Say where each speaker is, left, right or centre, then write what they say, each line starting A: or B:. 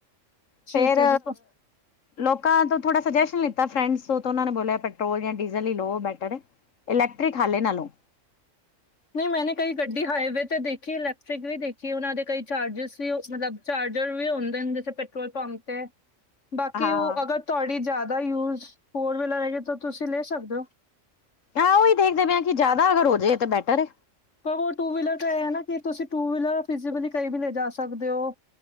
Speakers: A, on the left; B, on the left.
A: ਠੀਕ
B: ਫੇਰ
A: ਹੈ ਜੀ, ਅ,
B: ਲੋਕਾਂ ਤੋਂ ਥੋੜਾ ਸੁਜੈਸ਼ਨ ਲਿੱਤਾ ਫਰੈਂਡਸ ਉਹਨਾਂ ਨੇ ਬੋਲਿਆ ਪੈਟਰੋਲ ਜਾਂ ਡੀਜ਼ਲ ਹੀ ਲਓ ਬੈਟਰ ਇਲੈਕਟ੍ਰਿਕ ਹਾਲੇ ਨਾ ਲੌ।
A: ਨਹੀਂ ਮੈਂ ਕਈ ਗੱ ਗੱਡੀ ਹਾਈਵੇ ਤੇ ਦੇਖੀਏ ਇਲੈਕਟ੍ਰਿਕ ਵੀ ਦੇਖੀਏ ਉਹਨਾਂ ਦੇ ਕਈ ਚਾਰਜਿਸ ਵੀ ਮਤਲਬ ਚਾਰਜਰ ਵੀ ਹੁੰਦੇ ਜਿੱਥੇ ਪੈਟਰੋਲ ਪੰਪ ਤੇ ਬਾਕੀ
B: ਹਾਂ
A: ਉਹ ਅਗਰ ਤੁਹਾਡੀ ਜ਼ਿਆਦਾ ਯੂਜ ਫੋਰ ਵੀਲਰ ਹੈਗੇ ਤਾਂ ਤੁਸੀਂ ਲੈ ਸਕਦੇ ਹੋ।
B: ਆ ਉਹੀ ਦੇਖਦੇ ਪ ਹ ਕਿ ਜਿਆਦਾ ਅਗਰ ਹੋ ਜਾਵੇ ਤਾਂ ਬੈਟਰ ਹੈ।
A: ਪਰ ਉਹ ਟੂ ਵੀਲਰ ਤਾਂ ਇਹ ਹੈ ਨਾ ਕਿ ਤੁਸੀਂ ਟੂ ਵੀਲਰ ਫਿਲੀ ਕਈ ਵੀ ਲੈ ਜਾ ਸਕਦੇ ਹੋ।